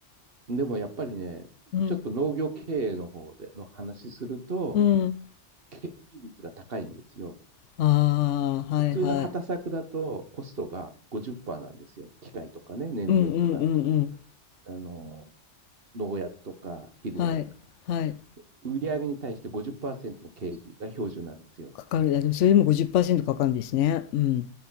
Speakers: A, on the right; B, on the left.
A: でもやっぱりね、
B: うん、
A: ちょっと農業経営の方での話すると、
B: うん。
A: 経費率が高いんですよ。
B: ああ、はいはい。
A: 普通の畑作だとコストが50%なんですよ。機械とかね、燃料費とか、
B: うんうんうんうん。
A: あのー、農薬とか肥料代とか。
B: はい、はい。
A: 売上に対して50%の経費が標準なんですよ。
B: かかる。いやでもそれでも50%かかるんですね。うん。